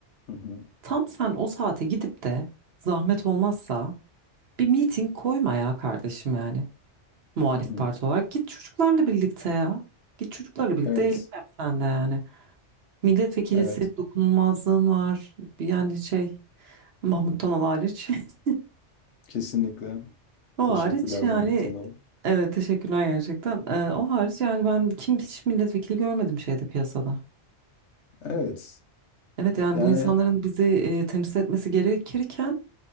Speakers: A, on the left; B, on the right.
A: hı hı,
B: Tam sen o saate gidip de zahmet olmazsa Bir meeting koyma ya kardeşim yani. Muhalif
A: hı hı.
B: parti olarak. Git çocuklarla birlikte ya. Git çocuklarla birlikte
A: Evet,
B: eylem yap sen de yani. Milletvekilisi
A: evet,
B: dokunulmazlığın var. Yani şey Mahmut Tanal hariç. <laughs>
A: kesinlikle.
B: O
A: Teşekkürler
B: hariç yani
A: Mahmut Hanım.
B: evet teşekkürler gerçekten. Ee, o hariç yani ben kim hiç milletvekili görmedim şeyde piyasada.
A: Evet,
B: Evet yani
A: yani
B: bu insanların bizi e, temsil etmesi gerekirken